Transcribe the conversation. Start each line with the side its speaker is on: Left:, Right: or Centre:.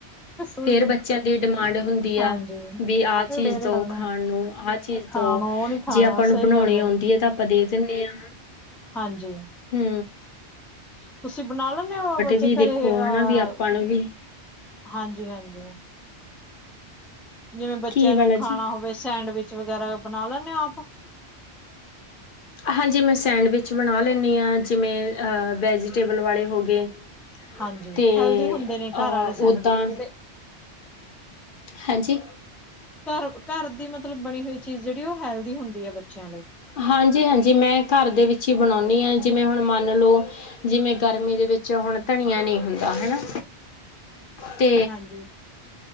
Centre: ਸੂਟ
Left: ਫੇਰ ਬੱਚਿਆਂ ਦੀ ਡਿਮਾਂਡ ਹੁੰਦੀ
Centre: ਹਾਂਜੀ।
Left: ਆ ਵੀ ਆਹ
Centre: ਫੇਰ
Left: ਚੀਜ਼ ਦਓ
Centre: ਕਰਨਾ
Left: ਖਾਣ ਨੂੰ ਆਹ ਚੀਜ਼
Centre: ਖਾਣਾ
Left: ਦੋ,
Centre: ਉਹ ਨੀ ਖਾਣਾ
Left: ਜੇ ਆਪਾਂ ਨੂੰ
Centre: ਸਹੀ
Left: ਬਣਾਉਣੀ
Centre: ਗੱਲ
Left: ਆਉਂਦੀ ਹੈ ਤਾਂ ਆਪਾਂ ਦੇ ਦਿੰਦੇ ਹਾਂ।
Centre: ਹਾਂਜੀ।
Left: ਹੂੰ।
Centre: ਤੁਸੀਂ ਬਣਾ ਲੈਂਦੇ ਹੋ ਜੇ
Left: ਵੀ ਦੇਖੋ
Centre: ਘਰੇ ਅਹ,
Left: ਹਨਾ ਵੀ ਆਪਾਂ ਨੂੰ ਵੀ
Centre: ਹਾਂਜੀ-ਹਾਂਜੀ। ਜਿਵੇਂ ਬੱਚਿਆਂ
Left: ਕੀ ਵਾਲਾ
Centre: ਨੂੰ ਖਾਣਾ
Left: ਜੀ
Centre: ਹੋਵੇ ਸੈਂਡਵਿਚ ਵਗੈਰਾ ਬਣਾ ਲੈਂਦੇ ਓ ਆਪ।
Left: ਹਾਂਜੀ ਮੈਂ ਸੈਂਡਵਿਚ ਬਣਾ ਲੈਂਣੀ ਹਾਂ ਜਿਵੇਂ ਵੈਜੀਟੇਬਲ ਵਾਲੇ ਹੋ ਗਏ।
Centre: ਹਾਂਜੀ
Left: ਤੇ,
Centre: ਹੈਲਦੀ ਹੁੰਦੇ ਨੇ ਘਰ
Left: ਅਹ
Centre: ਵਾਲੇ ਸੈਂਡਵਿਚ
Left: ਓਦਾਂ,
Centre: ਜਿਹੜੇ
Left: ਹਾਂਜੀ।
Centre: ਘਰ-ਘਰ ਦੀ ਮਤਲਬ ਬਣੀ ਹੋਈ ਚੀਜ਼ ਜਿਹੜੀ ਉਹ ਹੈਲਦੀ ਹੁੰਦੀ ਹੈ ਬੱਚਿਆਂ ਲਈ।
Left: ਹਾਂਜੀ-ਹਾਂਜੀ ਮੈਂ ਘਰ ਦੇ ਵਿੱਚ ਹੀ ਬਣਾਉਂਦੀ ਹਾਂ ਜਿਵੇਂ ਹੁਣ ਮੰਨ ਲਓ। ਜਿਵੇਂ ਗਰਮੀ ਦੇ ਵਿੱਚ ਹੁਣ ਧਨੀਆ ਨਹੀਂ ਹੁੰਦਾ ਹਨਾ। ਤੇ
Centre: ਹਾਂਜੀ,